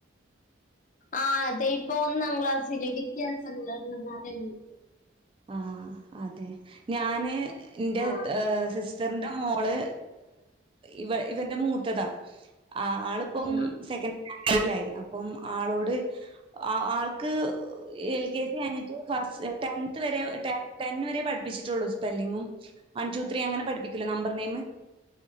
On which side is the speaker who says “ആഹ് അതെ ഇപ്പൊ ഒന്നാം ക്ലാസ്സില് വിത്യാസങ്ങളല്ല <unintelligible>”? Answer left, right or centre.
Left